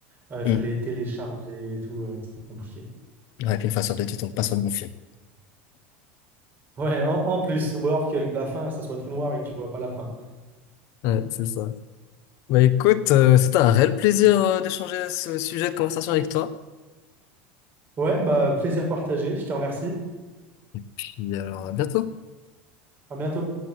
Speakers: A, on the right; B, on the left.
A: Il fallait
B: Mm.
A: télécharger et tout, ouais, c'était compliqué.
B: Ouais, puis une fois sur deux, tu tombes pas sur le bon film.
A: Ouais, en, en plus, ou alors que la fin, ça soit tout noir et que tu vois pas la fin.
B: Ouais, c'est ça. Bah écoute, euh, c'était un réel plaisir euh, d'échanger ce sujet de conversation avec toi.
A: Ouais, bah plaisir partagé, je te remercie.
B: Puis alors, à bientôt.
A: À bientôt.